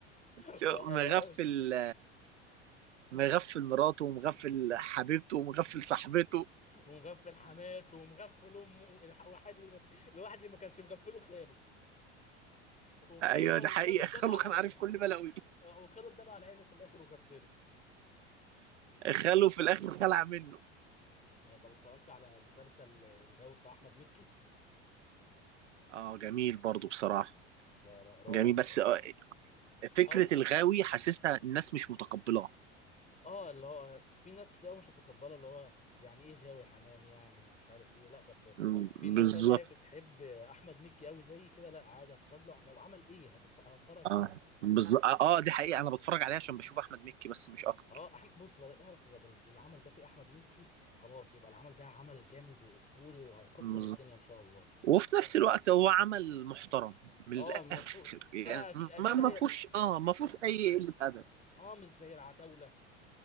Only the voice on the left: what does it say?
<laughs>
فقر
قوي
ومغفل حماته ومغفل امه الح- الواحد اللي ما- الواحد اللي ما كانش مغفله خاله وخاله
وخاله
اداله
على
عينه
<laughs>
آه، وخاله اداله على عينه في الاخر وغفله
اه طب اتفرجت على مسلسل الغاوي بتاع احمد مكي
لا لا رائع
او
اه اللي هو في ناس كتير مش هتقبله اللي هو يعني ايه غاوي حمام يعني ومش عارف ايه لا بس
في ناس
بقى اللي هي بتحب احمد مكي قوي زي كده لا عادي هتفرج له لو عمل ايه هتتف... هتفرج عليه
اه احمد بص بدل اعرف بدل العمل ده في احمد مكي خلاص يبقى العمل ده عمل جامد واسطوري وهيكسر
الدنيا ان شاء الله
اه
مفهوم
آه أك- اكيد
هي
اه مش زي العتاوله